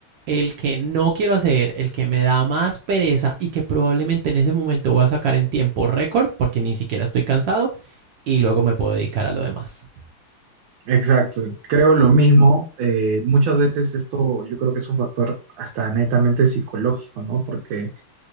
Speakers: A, on the right; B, on the right.
A: el que no quiero hacer, el que me da más pereza y que probablemente en ese momento voy a sacar en tiempo récord porque ni siquiera estoy cansado y luego me puedo dedicar a lo demás.
B: Exacto, creo lo mismo. eh, muchas veces esto yo creo que es un factor hasta netamente psicológico, ¿no? Porque,